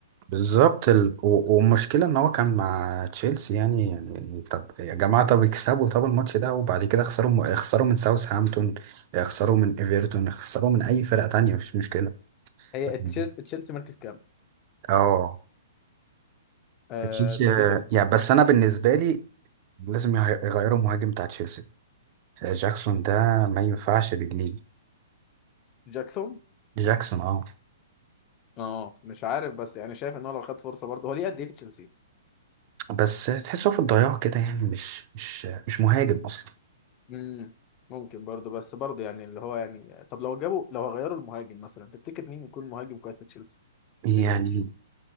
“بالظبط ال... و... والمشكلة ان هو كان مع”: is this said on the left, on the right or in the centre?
Right